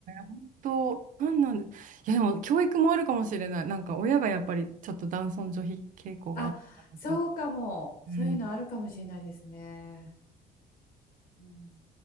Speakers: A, on the right; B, on the left.
A: 本当、なんなんで、いやでも教育もあるかもしれない。なんか親がやっぱりちょっと男尊女卑傾向があったので。
B: あ、そうかも。そういうのあるかもしれないですね。
A: うん
B: うん